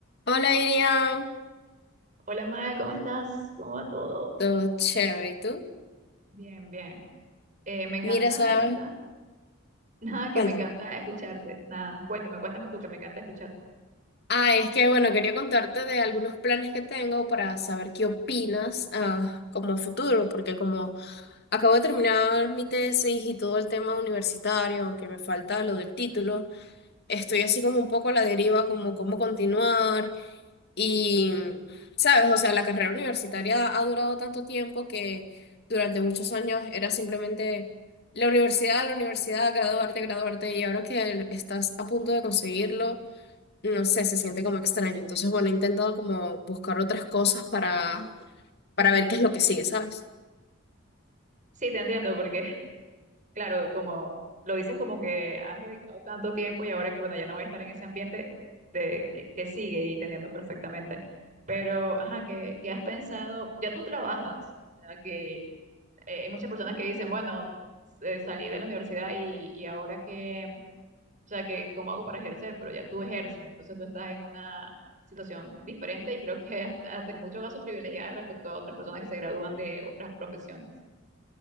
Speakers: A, on the left; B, on the right.
A: Hola Irian,
B: Hola Mae, ¿cómo estás? ¿Cómo va todo?
A: todo chévere, ¿y tú?
B: Bien, bien. Eh, me encanta,
A: Mira, ¿sabes?
B: me encanta. <laughs> Nada, que
A: Cuéntame.
B: me encanta escucharte. Nada, cuéntame, cuéntame tú, que me encanta escucharte.
A: Ah, es que bueno, quería contarte de algunos planes que tengo para saber qué opinas ah, como a futuro, porque como acabo de terminar mi tesis y todo el tema universitario, que me falta lo del título, estoy así como un poco a la deriva, como cómo continuar. Y, sabes, o sea, la carrera universitaria ha durado tanto tiempo que durante muchos años era simplemente la universidad, la universidad, graduarte, graduarte, y ahora que el- estás a punto de conseguirlo, no sé, se siente como extraño. Entonces, bueno, he intentado como buscar otras cosas para, para ver qué es lo que sigue, ¿sabes?
B: Sí, te entiendo, porque, <laughs> claro, como lo dices, como que has dedicado tanto tiempo y ahora que, bueno, ya no voy a estar en ese ambiente de, que, que sigue y te entiendo perfectamente. Pero, ajá, ¿qué, qué has pensado? Ya tú trabajas, o sea, que eh, hay muchas personas que dicen, bueno, eh, salí de la universidad y, y ahora que O sea, que cómo hago para ejercer, pero ya tú ejerces, entonces tú estás en una situación diferente y creo que <laughs> hasta, hasta en muchos casos privilegiada respecto a otras personas que se gradúan de otras profesiones.